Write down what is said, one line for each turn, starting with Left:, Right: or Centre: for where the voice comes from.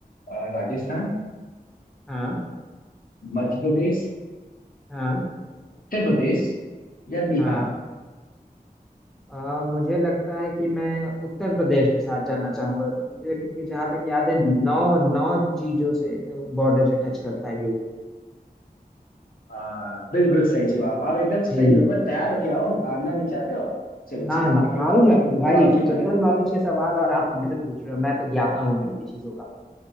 Left: अ, राजस्थान
Centre: हाँ
Left: मध्य प्रदेश
Centre: हाँ
Left: उत्तर प्रदेश या बिहार
Centre: हाँ आ, मुझे लगता है कि मैं उत्तर प्रदेश के साथ जाना चाहूंगा मुझे क्योंकि जहाँ तक याद है नौ नौ चीजों से बॉर्डर से टच करता है ये
Left: आ, बिल्कुल सही जवाब आप एकदम सही
Centre: जी
Left: हो बस तैयार हो क्या हो हारना नहीं चाहते हो आप चलो चलो
Centre: ना ना
Left: आगे
Centre: हारूंगा क्यों भाई
Left: अब आपकी
Centre: जनरल
Left: बारी
Centre: नॉलेज के सवाल और आप हमसे पूछ रहे हो मैं तो ज्ञाता हूँ इन सभी चीजों का